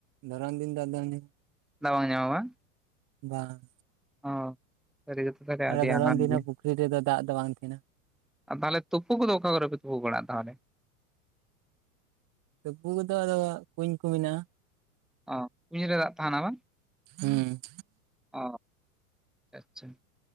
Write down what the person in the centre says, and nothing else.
ᱫᱟᱜ ᱵᱟᱝ ᱧᱟᱢᱚᱜ-ᱟ ᱵᱟᱝ?
ᱚ <unintelligible>
ᱟᱱᱟᱴ
ᱜᱮᱭᱟ
ᱟ ᱛᱟᱞᱦᱮ ᱛᱩᱯᱩ ᱠᱚᱫᱚ ᱚᱠᱟ ᱠᱚᱨᱮᱯᱮ ᱛᱩᱯᱩ ᱵᱟᱲᱟᱜᱼᱟ ᱛᱟᱦᱚᱞᱮ?
ᱚ ᱠᱩᱧ ᱨᱮ ᱫᱟᱜ ᱛᱟᱦᱮᱱᱟ ᱵᱟᱝ?
ᱚ ᱟᱪᱪᱷᱟ᱾